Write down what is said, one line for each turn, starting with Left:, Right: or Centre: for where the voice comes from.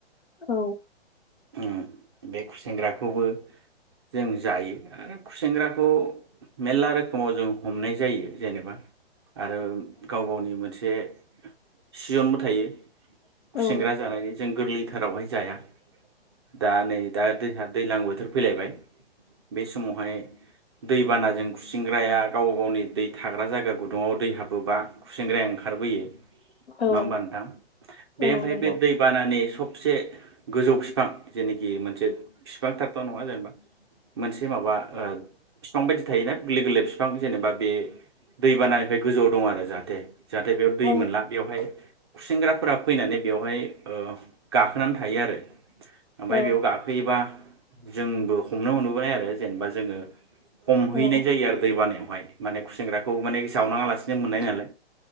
Left: ओं
Right: उम बे खुसेेंग्राखौबो जों जायो। आरो खुसेेंग्राखौ मेलला रोखोमाव जों हमनाय जायो। जेनेबा आरो गाव गावनि मोन बे सिजनबो थायो
Left: औ
Right: खुसेंग्रा जानायनि। जों गोरलैथारावहाय जाया। दा नै दा दैहा दैजलां बोथोर फैलायबाय बे समावहाय दैबानाजों गुसिंग्राया गाव गावनि दै थाग्रा जायगा गुदुङाव दै हाबोबा खुसेंग्राया ओंखारबोयो।
Left: औ
Right: नङा होमबा नोंथां? बे
Left: औ
Right: ओमफ्राय
Left: नंगौ
Right: बे दैबानानि थबसे गोजौ फिफां जेनिखि मोनसे बिफां थारथ' नङा जेनेबा मोनसे माबा ओ बिफां बायदि थायोना गोरलै गोरलै फिफां जेनेबा बे दैबानानिफ्राय गोजौआव दं आरो जाहाथे। जाहाथे बेयाव दै
Left: औ
Right: मोनला बेवहाय खुसेंग्राफोरा फैनानै बेवहाय ओ गाखोनानै थायो आरो। ओमफ्राय
Left: औ
Right: बेयाव गाखोयोबा जोंबो हमनो मोनबोबाय आरो जेनेबा जोङो हमहैनाय
Left: औ
Right: जायो आरो दैबानायावहाय। माने खु सेंग्राखौ माने सावनाङालासिनो मोनाय लानानै